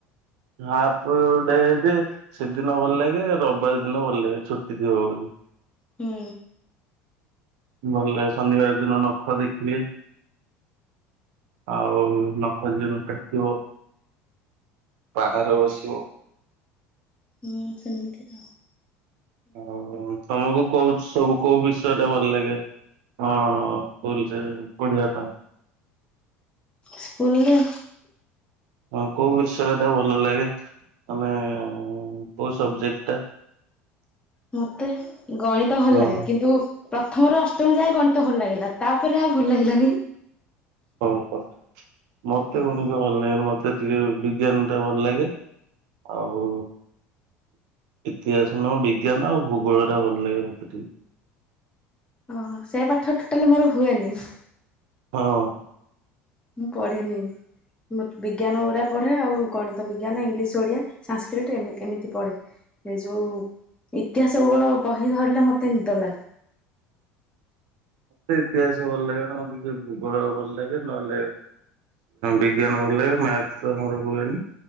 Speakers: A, on the right; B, on the left.
A: ହାଫ୍ ଡେଜେ ସେଦିନ ଭଲା ଲାଗେ ରବ୍ବାର୍ ଦିନ ଭଲ୍ ଲାଗେ ଛୁଟି ଥିବ ବୋଲି।
B: ହୁଁ
A: ଭଲ ଲାଗେ ଶନିବାର ଦିନ ନଖ ଦେଖିବେ। ଆଉ ନଖ ଯିଏ ନକାଟିିଥିବ ବାହାରେ ବସିବ।
B: ହଁ ସେମିତିଆ।
A: ହଉ ତମକୁ କୋଉ ସବୁ କୋଉ ବିଷୟ ରେ ଭଲ୍ ଲାଗେ। ହଁ ପୋଲ୍ସେ ପଡିବା ପାଇଁ।
B: ସ୍କୁଲ୍ଲେ
A: ହଁ କୋଉ ବିଷୟରେ ଟା ଭଲ ଲାଗେ ତମେ କୋଉ ସବଜେକ୍ଟ ଟା?
B: ମତେ ଗଣିତ ଭଲ
A: ହଁ?
B: ଲାଗେ କିନ୍ତୁ ପ୍ରଥମରୁ ଅଷ୍ଟମ ଯାଏ ଗଣିତ ଭଲ ଲାଗିଲା ତାପରେ ଆଉ ଭଲ ଲାଗିଲାନି।
A: ଓହୋ ମତେ
B: ହଁ
A: କଣ କି ଭଲ ଲାଗେନି ମତେ ଟିକେ ବିଜ୍ଞାନଟା ଭଲ ଲାଗେ। ଆଉ ଇତିହାସ ନୁହଁ ବିଜ୍ଞାନ ଆଉ ଭୂଗୋଳ ଟା ଭଲ ଲାଗେ ମୋତେ ଟିକେ।
B: ଓହୋ ସେ ପାଠ ଟୋଟାଲ ମୋର ହୁଏନି।
A: ହଁ।
B: ମୁଁ ପଢିନି। ବିଜ୍ଞାନ ଉଡା ପଢ଼େ ଆଉ ଗଣିତ ବିଜ୍ଞାନ ଇଂଲିଶ ଓଡ଼ିଆ ସଂସ୍କୃଟ ଏମିତି ଏମିତି ପଢ଼େ। ସେ ଯୋଉ ଇତିହାସ ଭୁଗୋଳ ବହି ଧରିଲେ ମତେ ନିଦ ଲାଗେ।
A: ମତେ ଇତିହାସ ଭଲ ଲାଗେ ନହଲେ ଭୂଗୋଳ ଭଲ ଲାଗେ ନହେଲେ ବିଜ୍ଞାନ ଭଲ ଲାଗେ ମ୍ୟାଥ ତ ମୋର ହୁଏନି